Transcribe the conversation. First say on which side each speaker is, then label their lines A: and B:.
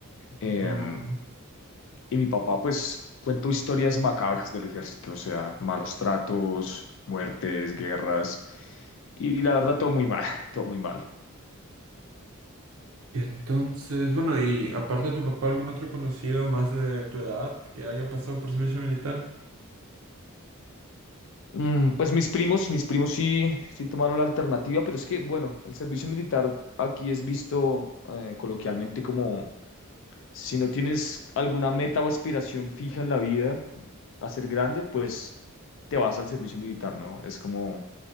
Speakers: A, on the left (about 60°); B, on the right (about 65°).
A: Em,
B: No.
A: y mi papá pues cuento historias macabras del ejército, o sea, malos tratos, muertes, guerras, y la verdad todo muy mal, <laughs> todo muy mal.
B: Y entonces, bueno, y aparte de tu papá, ¿algún otro conocido más de tu edad que haya pasado por servicio militar?
A: Mm, pues mis primos, mis primos sí, sí tomaron la alternativa, pero es que, bueno, el servicio militar aquí es visto eh, coloquialmente como si no tienes alguna meta o aspiración fija en la vida a ser grande, pues te vas al servicio militar, ¿no? Es como,